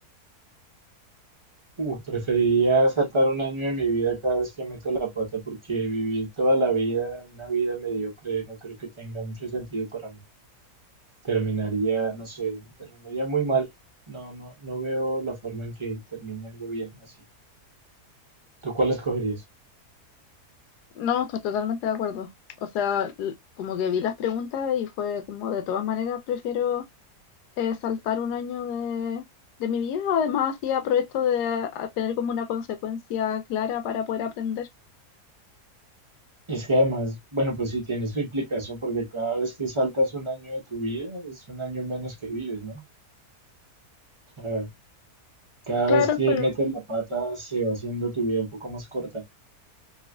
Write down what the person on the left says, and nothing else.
No, estoy totalmente de acuerdo. O sea, l- como que vi las preguntas y fue como de todas maneras prefiero eh, saltar un año de, de mi vida. Además, así aprovecho de a- tener como una consecuencia clara para poder aprender.
Claro,
pero,